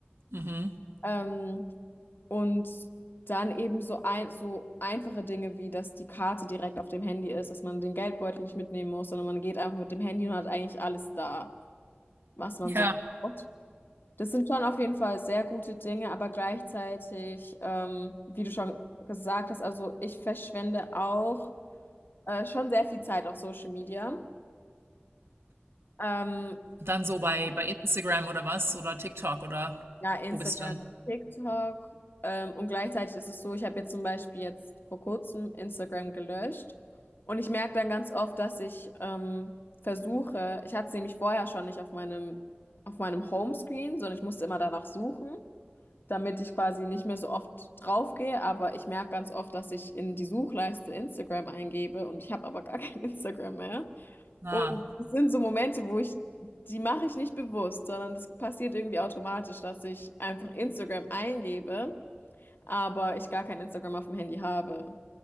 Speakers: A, on the right; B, on the left.
A: Mhm.
B: Ähm, und dann eben so, ein, so einfache Dinge wie, dass die Karte direkt auf dem Handy ist, dass man den Geldbeutel nicht mitnehmen muss, sondern man geht einfach mit dem Handy und hat eigentlich alles da, was man
A: Ja,
B: so braucht. Das sind schon auf jeden Fall sehr gute Dinge, aber gleichzeitig, ähm, wie du schon gesagt hast, also ich verschwende auch äh, schon sehr viel Zeit auf Social Media. Ähm,
A: dann so bei, bei Instagram oder was? Oder TikTok oder
B: ja, Instagram
A: wo bist du dann?
B: und TikTok. Ähm, und gleichzeitig ist es so, ich habe jetzt zum Beispiel jetzt vor kurzem Instagram gelöscht. Und ich merke dann ganz oft, dass ich ähm, versuche, ich hatte es nämlich vorher schon nicht auf meinem, auf meinem Homescreen, sondern ich musste immer danach suchen. damit ich quasi nicht mehr so oft draufgehe, aber ich merke ganz oft, dass ich in die Suchleiste Instagram eingebe und ich habe aber gar kein <laughs> Instagram mehr.
A: Ah,
B: Und es sind so Momente, wo ich, die mache ich nicht bewusst, sondern das passiert irgendwie automatisch, dass ich einfach Instagram eingebe, aber ich gar kein Instagram auf dem Handy habe.